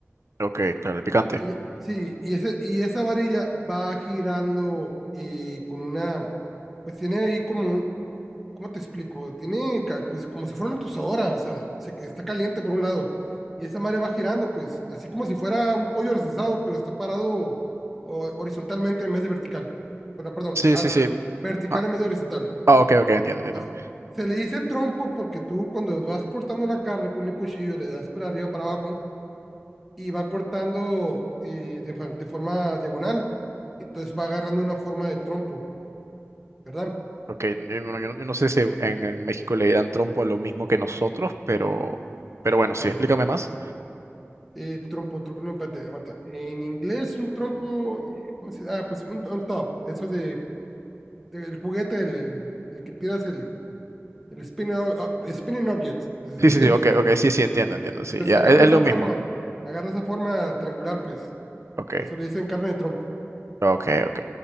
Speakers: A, on the right (about 75°); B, in the centre.
A: ok, claro, el picante.
B: Y, sí, y, ese, y esa varilla va girando eh, con una, pues tiene ahí como un, ¿cómo te explico? Tiene, ca- pues como si fuera una tostadora, o sea, se- está caliente por un lado, y esa madre va girando, pues, así como si fuera un pollo recesado, pero está parado o- horizontalmente en vez de vertical. Bueno, perdón,
A: Sí,
B: al
A: sí,
B: revés,
A: sí.
B: vertical
A: Ah,
B: en vez de horizontal.
A: ah, ok, ok, entiendo, entiendo.
B: Entonces, se le dice trompo porque tú cuando vas cortando la carne con el cuchillo le das para arriba, para abajo, y va cortando eh, de, fa- de forma diagonal. Entonces va agarrando una forma de trompo, ¿verdad?
A: Ok, eh, bueno, yo, no yo no sé si en, en México le dan trompo a lo mismo que nosotros, pero, pero bueno, sí,
B: A
A: explícame
B: ver,
A: más.
B: eh, trompo, trompo, no, espérate, aguanta. En inglés, un trompo, eh, ¿cómo se dice? Ah, pues un, un top, eso de, de- el juguete, el, el, el que tiras el, el spinning, o- ah, spinning object, entonces,
A: Sí,
B: ¿sí me
A: sí,
B: entiendes?
A: sí, ok, ok, sí, sí, entiendo, entiendo, sí,
B: Entonces
A: ya,
B: agarra
A: es, es
B: esa
A: lo
B: forma,
A: mismo.
B: agarra esa forma triangular, pues,
A: Ok,
B: por eso le dicen carne de trompo.
A: ok, ok.